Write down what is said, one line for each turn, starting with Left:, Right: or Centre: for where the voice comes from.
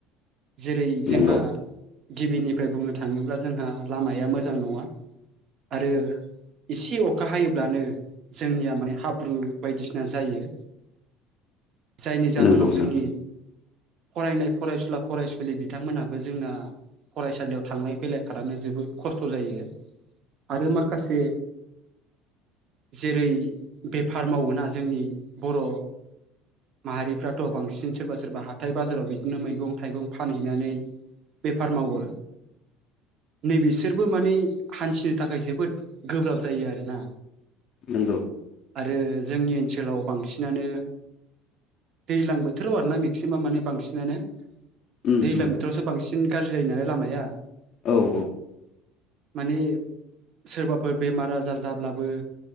Right: जेरै जोंहा
Left: नंगौ
Right: गिबिनिफ्राय बुंनो थाङोब्ला जोंहा लामाया मोजां नङा आरो इसे अखा हायोब्लानो जोंनिया माने हाब्रु बायदिसिना जायो जायनि जाहोनाव
Left: नंगौ
Right: जोंनि
Left: नंगौ
Right: फरायनाय फरायसुला फरायसुलि बिथांमोनहाबो जोंना फरायसालियाव थांलाय फैलाय खालामनो जोबोद खस्थ' जायो आरो माखासे जेरै बेफार मावोना जोंनि बर' माहारिफ्राथ' बांसिन सोरबा सोरबा हाथाय बाजाराव बिदिनो मैगं थाइगं फानहैनानै बेफार मावो नै बिसोरबो माने हान्थिनो थाखाय जोबोद गोब्राब जायो आरोना
Left: नंगौ
Right: आरो जोंनि ओनसोलाव बांसिनानो दैज्लां बोथोराव आरोना मेक्सिमाम माने बांसिनानो
Left: उम
Right: दैज्लां
Left: उम
Right: बोथोरावसो बांसिन गाज्रि जायो नालाय लामाया हाया
Left: औ औ
Right: माने सोरबाफोर बेमार आजार जाब्लाबो